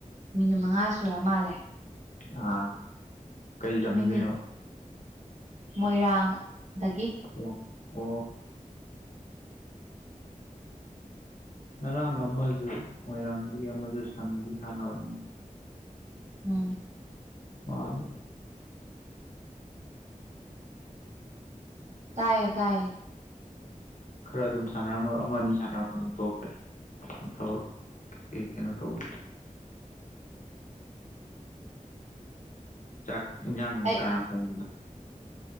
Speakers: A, on the right; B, on the left.
A: ꯃꯤꯅꯤꯠ ꯃꯉꯥ ꯁꯨꯔ ꯃꯥꯜꯂꯦ
B: ꯑꯥ ꯀꯩ ꯂꯝꯗꯩꯅꯣ
A: ꯃꯤꯅꯤꯠ ꯃꯣꯏꯔꯥꯡꯗꯒꯤ
B: ꯑꯣ ꯑꯣ ꯉꯔꯥꯡ ꯑꯃꯁꯨ ꯃꯣꯏꯔꯥꯡꯗꯒꯤ ꯑꯃꯁꯨ ꯁꯟꯗꯤ ꯁꯥꯟꯅꯕꯅꯤ
A: ꯎꯝ
B: unintelligible
A: ꯇꯥꯏꯌꯦ ꯇꯥꯏꯌꯦ
B: ꯈꯔ ꯑꯗꯨꯝ ꯁꯥꯟꯅꯔꯝꯃꯒ ꯑꯃ ꯑꯅꯤ ꯁꯥꯟꯅꯔꯝꯒ ꯑꯗꯨꯝ ꯇꯣꯛꯈ꯭ꯔꯦ ꯊꯕꯛ ꯑꯩ ꯀꯩꯅꯣ ꯇꯧꯕꯒꯤ ꯆꯥꯛ ꯏꯟꯖꯥꯡ
A: ꯑꯩ
B: ꯀꯥꯅꯅ ꯊꯣꯡꯉꯤꯅꯣ